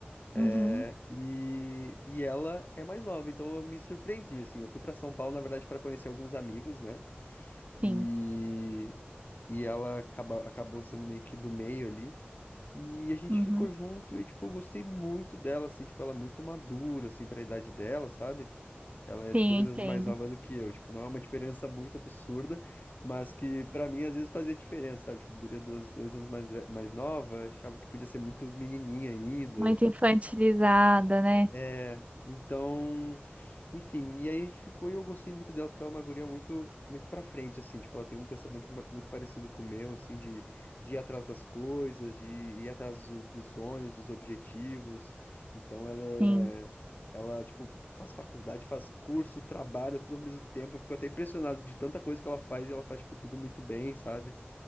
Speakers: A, on the left (about 45°); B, on the right (about 35°).
A: É,
B: Uhum,
A: e, e ela é mais nova, então eu me surpreendi, assim. Eu fui pra São Paulo, na verdade, pra conhecer alguns amigos, né? E,
B: sim.
A: e ela acaba, acabou sendo meio que do meio ali. E a gente
B: Uhum.
A: ficou junto e, tipo, eu gostei muito dela, assim, tipo, ela é muito madura, assim, pra idade dela, sabe? Ela é
B: Sim,
A: dois
B: eu entendo.
A: anos mais nova do que eu, tipo, não é uma diferença muito absurda, mas que pra mim às vezes fazia diferença, sabe? Tipo, guria dois, dois anos mais, ve- mais nova, achava que podia ser muito menininha ainda.
B: Muito infantilizada, né?
A: É, então, enfim, e aí ficou e eu gostei muito dela, porque ela é uma guria muito, muito pra frente, assim, tipo, ela tem um pensamento ma- muito parecido com o meu, assim, de, de ir atrás das coisas, de ir atrás do- dos sonhos, dos objetivos, então ela é,
B: Sim.
A: ela, tipo, faz faculdade, faz curso, trabalha tudo ao mesmo tempo, eu fico até impressionado de tanta coisa que ela faz, e ela faz, tipo, tudo muito bem, sabe?